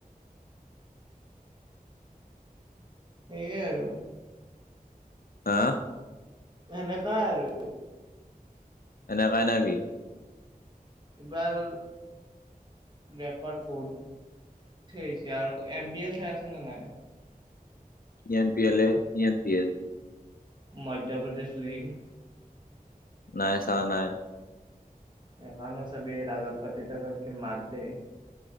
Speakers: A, on the right; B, on the left.
A: সেইয়ে আৰু
B: হাঁ।
A: এনেকাই আৰু।
B: এনেকাই নাকি?
A: এইবাৰ ৰেকৰ্ড বহুত থেইছে আৰু এম পি এল চাই আছ নে নাই?
B: ই এম পি এল এ, ই M P L.
A: Madhya Pradesh লীংগ।
B: নাই। চাৱ নাই?
A: এ না নো চাবি ৰাজত পাতি ত থকাত কে মাত দে।